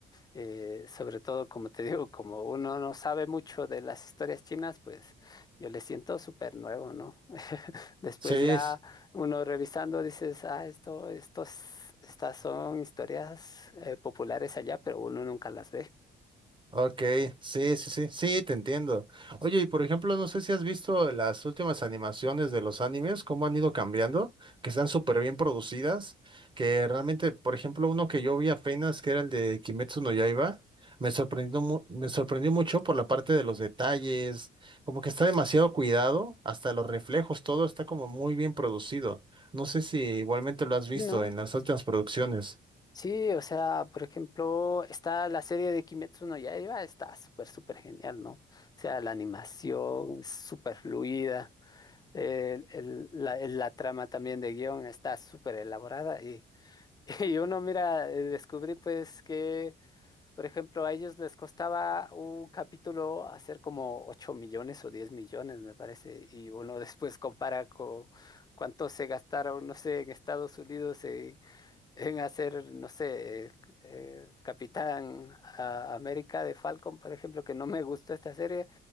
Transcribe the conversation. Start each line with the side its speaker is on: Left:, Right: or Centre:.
Left: eh, sobre todo, como te digo, como uno no sabe mucho de las historias chinas, pues yo le siento súper nuevo, ¿no? <laughs> Después
Right: Sí,
Left: ya uno revisando dices, ah, esto, estos, estas son historias eh, populares allá, pero uno nunca las ve.
Right: Ok, sí, sí, sí, sí, te entiendo. Oye, y por ejemplo, no sé si has visto las últimas animaciones de los animes, cómo han ido cambiando, que están súper bien producidas, que realmente, por ejemplo, uno que yo vi apenas, que era el de Kimetsu no Yaiba, me sorprendió, mu- me sorprendió mucho por la parte de los detalles, como que está demasiado cuidado, hasta los reflejos, todo está como muy bien producido. No sé si igualmente lo has visto
Left: Sí, ¿no?
Right: en las últimas producciones.
Left: Sí, o sea, por ejemplo, está la serie de Kimetsu no Yaiba, está súper, súper genial, ¿no? O sea, la animación es súper fluida, el- el- la, el- la trama también de guión está súper elaborada y, <laughs> y uno mira, eh, descubrí pues que, por ejemplo, a ellos les costaba un capítulo hacer como 8 millones o 10 millones, me parece, y uno <laughs> después compara con cuánto se gastaron, no sé, en Estados Unidos en hacer, no sé, eh, eh, Capitán a- América de Falcon, por ejemplo, que no me gustó esta serie,